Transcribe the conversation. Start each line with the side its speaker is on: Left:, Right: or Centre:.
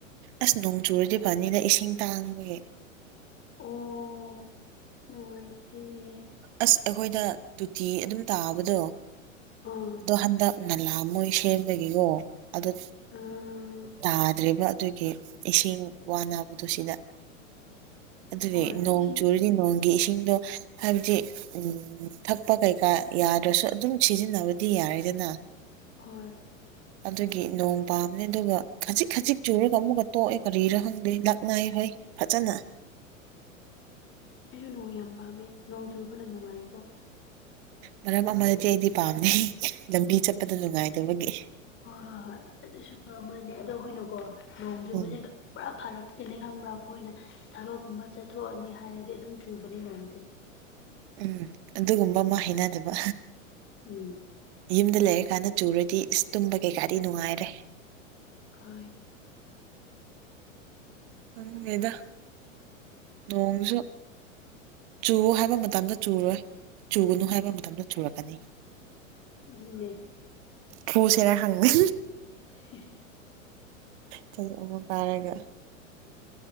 Right: ꯑꯁ ꯅꯣꯡ ꯆꯨꯔꯗꯤ ꯐꯅꯤꯗ ꯏꯁꯤꯡ ꯇꯥꯡꯉꯦ
Left: ꯑꯣ ꯅꯨꯡꯉꯥꯏ ꯇꯦꯅꯦ
Right: ꯑꯁ ꯑꯩꯈꯣꯏꯗ ꯇꯨꯇꯤ ꯑꯗꯨꯝ ꯇꯥꯕꯗꯣ
Left: ꯑꯥ
Right: ꯑꯗꯣ ꯍꯟꯗꯛ ꯅꯂꯥ ꯃꯣꯏ ꯁꯦꯝꯕꯒꯤꯀꯣ ꯑꯗꯨ
Left: ꯑꯥ
Right: ꯇꯥꯗ꯭ꯔꯦꯕ ꯑꯗꯨꯒꯤ ꯏꯁꯤꯡ ꯋꯥꯅꯕꯗꯨ ꯁꯤꯗ ꯑꯗꯨꯅꯦ
Left: ꯍꯣꯏ
Right: ꯅꯣꯡ
Left: ꯏꯁꯤꯡ
Right: ꯆꯨꯨꯔꯗꯤ ꯅꯣꯡꯒꯤ ꯏꯁꯤꯡꯗꯣ ꯍꯥꯏꯕꯗꯤ ꯎꯝ ꯊꯛꯄ ꯀꯩꯀꯥ ꯌꯥꯗ꯭ꯔꯁꯨ ꯑꯗꯨꯝ ꯁꯤꯖꯤꯟꯅꯕꯗꯤ ꯌꯥꯔꯦꯗꯅ
Left: ꯍꯣꯏ
Right: ꯑꯗꯨꯒꯤ ꯅꯣꯡ ꯄꯥꯝꯕꯅꯦ ꯑꯗꯨꯒ ꯈꯖꯤꯛ ꯈꯖꯤꯛ ꯆꯨꯔꯒ ꯑꯃꯨꯛꯀ ꯇꯣꯛꯑꯦ ꯀꯔꯤꯔꯥ ꯈꯪꯗꯦ ꯂꯛꯅꯩ <unintelligible> ꯐꯖꯅ
Left: ꯑꯩꯁꯨ ꯅꯣꯡ ꯌꯥꯝ ꯄꯥꯝꯃꯦ ꯅꯣꯡ ꯆꯨꯕꯅ ꯅꯨꯡꯉꯥꯏꯀꯣ
Right: ꯃꯔꯝ ꯑꯃꯗꯗꯤ ꯑꯩꯗꯤ ꯄꯥꯝꯗꯦ ꯂꯝꯕꯤ ꯆꯠꯄꯗ ꯅꯨꯡꯉꯥꯏꯇꯕꯒꯤ
Left: ꯍꯣꯏ ꯍꯣꯏ ꯍꯣꯏ ꯑꯗꯨꯁꯨ ꯑꯃꯅꯦ ꯑꯗꯣ ꯑꯩꯈꯣꯏꯅꯀꯣ ꯅꯣꯡ ꯆꯨꯕꯖꯦ
Right: ꯎꯝ
Left: ꯄꯨꯔꯥ ꯐꯔꯛꯇꯤꯅꯦ ꯈꯪꯕ꯭ꯔꯥ ꯃꯣꯏꯅ ꯊꯕꯛꯀꯨꯝꯕ ꯆꯠꯊꯣꯛꯑꯅꯤ ꯍꯥꯏꯔꯗꯤ ꯑꯗꯨꯝ ꯆꯨꯕꯅꯦ ꯅꯣꯡꯁꯦ
Right: ꯎꯝ ꯑꯗꯨꯒꯨꯝꯕ ꯑꯃ ꯍꯩꯅꯗꯕ
Left: ꯎꯝ
Right: ꯌꯨꯝꯗ ꯂꯩꯔꯀꯥꯟꯗ ꯆꯨꯔꯗꯤ ꯏꯁ ꯇꯨꯝꯕ ꯀꯩꯀꯥꯗꯤ ꯅꯨꯡꯉꯥꯏꯔꯦ
Left: ꯍꯣꯏ
Right: ꯈꯪꯗꯦꯗ ꯅꯣꯡꯁꯨ ꯆꯨ ꯍꯥꯏꯕ ꯃꯇꯝꯗ ꯆꯨꯔꯣꯏ ꯆꯨꯒꯅꯨ ꯍꯥꯏꯕ ꯃꯇꯝꯗ ꯆꯨꯔꯛꯀꯅꯤ
Left: ꯑꯗꯨꯅꯦ
Right: ꯐꯨꯁꯦꯔ ꯈꯪꯗꯦ
Left: <unintelligible>
Right: ꯆꯩ ꯑꯃ ꯄꯥꯏꯔꯒ